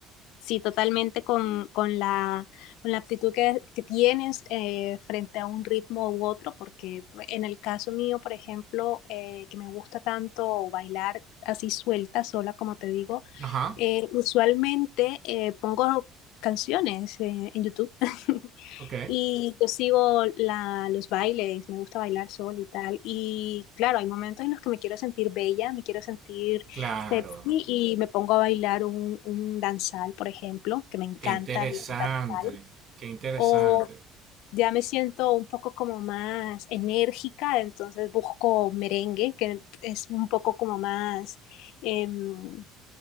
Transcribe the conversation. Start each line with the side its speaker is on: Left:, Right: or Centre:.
Left: Sí, totalmente con, con, la, con la aptitud que, que tienes eh, frente a un ritmo u otro, porque en el caso mío, por ejemplo, eh, que me gusta tanto bailar así suelta, sola, como te digo,
Right: Ajá,
Left: eh, usualmente eh, pongo canciones eh, en YouTube. <laughs>
Right: ok,
Left: Y yo sigo la, los bailes, me gusta bailar sol y tal. Y claro, hay momentos en los que me quiero sentir bella, me quiero sentir
Right: claro,
Left: sexy y me pongo a bailar un, un danzal, por ejemplo, que me encanta
Right: qué interesante,
Left: el danzal.
Right: qué interesante.
Left: O ya me siento un poco como más enérgica, entonces busco merengue, que es un poco como más... em,